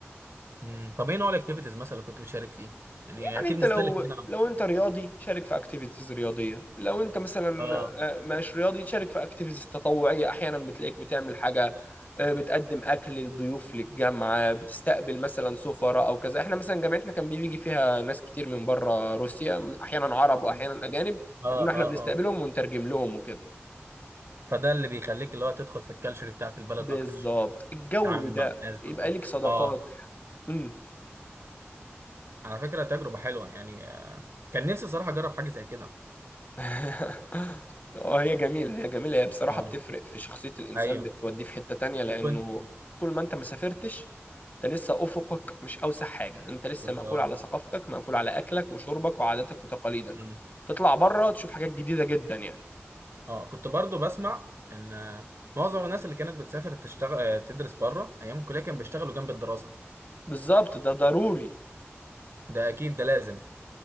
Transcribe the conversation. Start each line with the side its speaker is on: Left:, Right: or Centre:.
Right: امم طب ايه نوع الاكتيفيتيز مثلا اللي كنت بتشارك فيه يعني
Left: يعني
Right: اكيد
Left: انت
Right: مختلف
Left: لو
Right: هنا عن
Left: لو انت رياضي شارك في اكتيفيتيز رياضيه لو انت مثلا
Right: اه
Left: آه، مش رياضي شارك في اكتيفيتيز تطوعيه احيانا بتلاقيك بتعمل حاجه آه، بتقدم اكل للضيوف للجامعه بتستقبل مثلا سفراء او كذا احنا مثلا جامعتنا كان بيجي فيها ناس كتير من بره روسيا احيانا عرب واحيانا
Right: مم.
Left: اجانب
Right: اه
Left: فكنا احنا
Right: اه
Left: بنستقبلهم
Right: اه
Left: ونترجم لهم وكده
Right: فده اللي بيخليك اللي هو تدخل في الكالتشر بتاعت البلد
Left: بالظبط
Right: اكتر
Left: الجو
Right: تتعامل
Left: ده
Right: مع الناس بقى
Left: يبقى ليك صداقات
Right: اه
Left: امم
Right: على فكرة تجربة حلوة يعني آه، كان نفسي صراحة اجرب حاجة زي كده
Left: <laughs> اه هي جميلة هي جميلة هي بصراحة
Right: اه
Left: بتفرق في شخصية الإنسان
Right: ايوه
Left: بتوديه في حتة تانية لأنه
Right: وكنت
Left: طول ما أنت ما سافرتش أنت لسه أفقك مش أوسع حاجة أنت لسه
Right: بالظبط
Left: مقفول على ثقافتك مقفول على أكلك وشربك وعاداتك وتقاليدك
Right: مم.
Left: تطلع بره تشوف حاجات جديدة جدا يعني
Right: اه كنت برضو بسمع ان آه، معظم الناس اللي كانت بتسافر تشتغل آه، تدرس بره ايام الكليه كانوا بيشتغلوا جنب الدراسه
Left: بالظبط ده ضروري
Right: ده اكيد ده لازم